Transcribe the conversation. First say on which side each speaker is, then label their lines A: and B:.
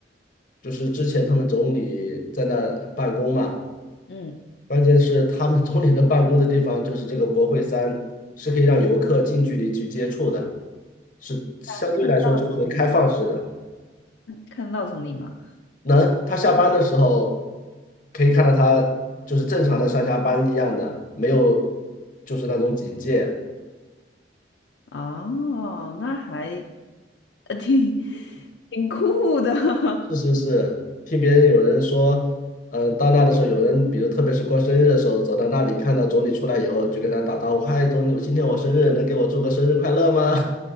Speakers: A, on the left (about 45°); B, on the left (about 70°).
A: 就是之前他们总理在那办公嘛。
B: 嗯，
A: 关键是他们总理的办公的地方就是这个国会山，是可以让游客近距离去接触的，是相对来说就是开放式的。
B: 看看得到总理吗？看得到总理吗？
A: 能，他下班的时候可以看到他就是正常的上下班一样的，没有就是那种警戒。
B: 哦，那还呃挺挺酷的 <laughs>
A: 是是是，听别人有人说，嗯，到那的时候，有人比如特别是过生日的时候，走到那里看到总理出来以后，就跟他打招呼：“嗨，总理，今天我生日，能给我祝个生日快乐吗？”